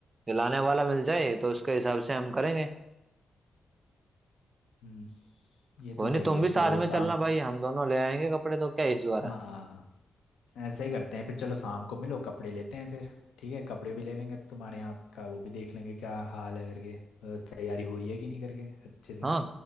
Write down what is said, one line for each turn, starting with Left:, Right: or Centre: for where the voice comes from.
Right: लाने वाला मिल जाए तो उसके हिसाब से हम करेंगे
Left: हम्म ये
Right: कोई
Left: तो सही
Right: नहीं तुम
Left: है
Right: भी
Left: चलो
Right: साथ
Left: शाम
Right: में चलना भाई हम दोनों ले आएंगे कपड़े तो क्या इशू आ रहा
Left: हाँ
Right: है
Left: ऐसा ही करते हैं फिर चलो शाम को मिलो कपड़े लेते हैं फिर ठीक है कपड़े भी ले लेंगे तुम्हारे यहाँ का वो भी देख लेंगे क्या हाल है करके अ, तैयारी हो रही है कि नहीं करके अच्छे से
Right: हाँ
Left: ना